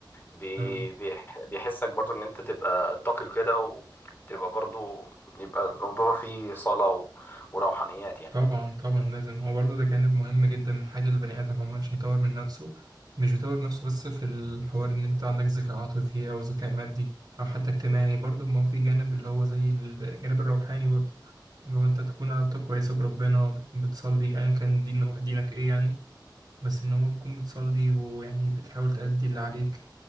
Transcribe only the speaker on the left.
بي-
بيح- بيحسك برضو ان انت تبقى تقي كده وتبقى برضو يبقى الموضوع فيه صلاة و- وروحانيات يعني